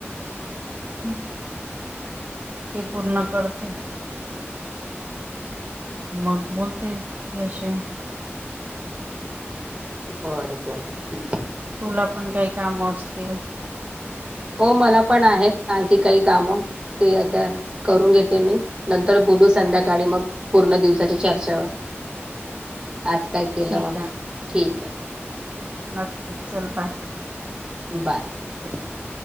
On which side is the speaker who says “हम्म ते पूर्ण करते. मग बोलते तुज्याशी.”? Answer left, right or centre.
Right